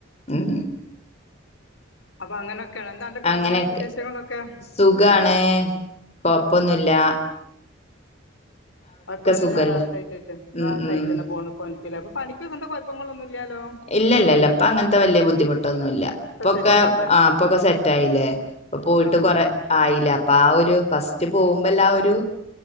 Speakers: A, on the left (about 35°); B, on the left (about 70°).
A: ഉം
B: അപ്പൊ അങ്ങനൊക്കെയാണ് എന്താ അന്റെ പുയ്യാപ്ലന്റെ
A: അങ്ങനെയൊക്കെ
B: ഒക്കെ വിശേഷങ്ങളൊക്കെ?
A: സുഖാണ് കൊഴപ്പൊന്നുല്ലാ.
B: കൊഴപ്പന്നുല്ല
A: സുഖല്ലേ
B: റാഹത്താ ആയിട്ടറ്റേ റാഹതായിട്ടന്നേ
A: ഉം ഉം
B: പോണ് പ്പൊൻക്ക് ലേ പണിക്ക് എന്താ കൊഴപ്പങ്ങളൊന്നും ഇല്ലാലോ?
A: ഇല്ലല്ലല്ല ഇപ്പ അങ്ങൻത്തെ വല്ല്യയ ബുദ്ധിമുട്ടൊന്നുല്ല ഇപ്പൊക്കെ
B: സെറ്റ് ആയില്ലേ
A: ആഹ് പ്പൊക്കെ സെറ്റ് ആയില്ലേ. പ്പൊ പോയിട്ട്
B: ആഹ്
A: കൊറെ ആയിലേ അപ്പൊ ആ ഒരു ഫസ്റ്റ് പോകുമ്പല്ല ആ ഒരു